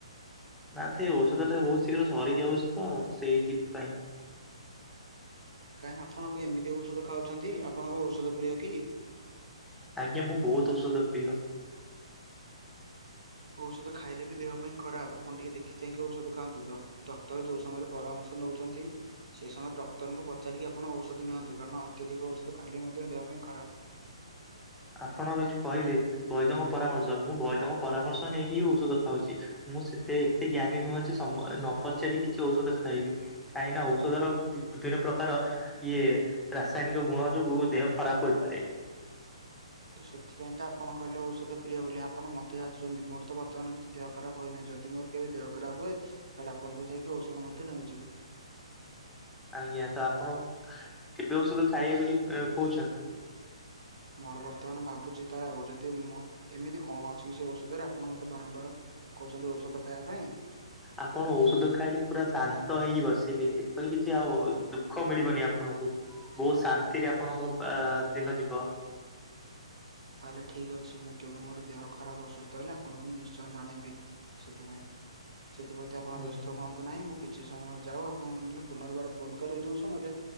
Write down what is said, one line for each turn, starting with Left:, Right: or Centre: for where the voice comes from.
Centre: ନା ସେଇ ଔଷଧ ଟା ବୋହୁତ ଶୀଘ୍ର ସରିଯାଉଛି ତ ସେଇଥି ପାଇଁ।
Right: କାହିଁ ଆପଣ କଣ ଏମିତି ଔଷଧ ଖାଉଛନ୍ତି ଆପଣଙ୍କ ଔଷଧ ପ୍ରିୟ କି?
Centre: ଆଜ୍ଞା ମୁଁ ବୋହୁତ୍ ଔଷଧ ପ୍ରିୟ।
Right: ଔଷଧ ଖାଇଲେ ବି ଦେହ ପାଇଁ ଖରାପ। ଆପଣ ଟିକେ ଦେଖି ଚାହିଁକି ଔଷଧ ଖାଆନ୍ତୁ। ଡକ୍ଟର ଯୋଉ ସମୟରେ ପରାମର୍ଶ ନୋଉଛନ୍ତି। ସେଇ ସମୟରେ ଡକ୍ଟରଙ୍କୁ ପଚାରିକି ଆପଣ ଔଷଧ ନିଅନ୍ତୁ, କାରଣ ଅତ୍ୟଧିକ ଔଷଧ ଖାଇଲେ ମଧ୍ୟ ଦେହ ପାଇଁ ଖରାପ।
Centre: ଆପଣ ଏଠୁ କହିଲେ ବୈଦଙ୍କ ପରାମର୍ଶ ମୁଁ ବୈଦଙ୍କ ପରାମର୍ଶ ନେଇକି ହି ଔଷଧ ଖାଉଛି। ମୁଁ ସେତେ ଏତେ ଜ୍ଞାନୀ ନୁହଁ ଯେ ସ ନ ପଚାରି କିଛି ଔଷଧ ଖାଇବି। କାହିଁକିନା ଔଷଧର ବିଭିନ୍ନ ପ୍ରକାର ଇଏ ରାସାୟନିକ ଗୁଣ ଯୋଗୁ ଦେହ ଖରାପ ହୋଇପାରେ।
Right: ତ ସେଥିପାଇଁ ତ ଆପଣ କହିଲେ ଔଷଧ ପ୍ରିୟ ବୋଲି ଆପଣ ମତେ ଜଚୁଛନ୍ତି, ମୋର ତ ବର୍ତ୍ତମାନ କିଛି ଦେହ ଖରାପ ହୋଇନାହିଁ। ଯଦି ଯଦି ମୋର କେବେ ଦେହ ଖରାପ ହୁଏ, ତାହେଲେ ଆପଣଙ୍କଠୁ ଯାଇକି ଔଷଧ ମଧ୍ୟ ନେଇଯିବି।
Centre: ଆଜ୍ଞା ତ ଆପଣ କେବେ ଔଷଧ ଖାଇବେ ବୋଲି କଉଛନ୍ତି?
Right: ମୋର ବର୍ତ୍ତମାନ ଭାବୁଛି ତାହେଲେ ଆଉ ଯଦି ମ ଏମିତି କଣ ଅଛି କି ସେ ଔଷଧରେ ଆପଣ ମତେ ବାରମ୍ବାର କହୁଛନ୍ତି ଔଷଧ ଖାଇବା ପାଇଁ।
Centre: ଆପଣ ଔଷଧ ଖାଇଲେ ପୁରା ଶାନ୍ତ ହେଇକି ବସିବେ ଏପରି କିଛି ଆଉ ଦୁଃଖ ମିଳିବନି ଆପଣଙ୍କୁ ବୋହୁତ ଶାନ୍ତିରେ ଆପଣଙ୍କ ଆ ଦିନ ଯିବ।
Right: ତାହେଲେ ଠିକ୍ ଅଛି ମୁଁ କେବେ ମୋର ଦେହ ଖରାପ ଅସୁସ୍ଥ ହେଲେ ଆପଣଙ୍କୁ ମୁଁ ନିଶ୍ଚୟ ଜଣେଇବି। ସେଥିପାଇଁ ସେଥିପ୍ରତି ଆପଣ
Centre: ଆଜ୍ଞା।
Right: ବ୍ୟସ୍ତ ହୁଅନ୍ତୁ ନାହିଁ ମୁଁ କିଛି କିଛି ସମୟ ଯାଉ ଆପଣଙ୍କୁ ନଲେ ପୁନର୍ବାର ଫୋନ କରିବେ ଯୋଉ ସମୟରେ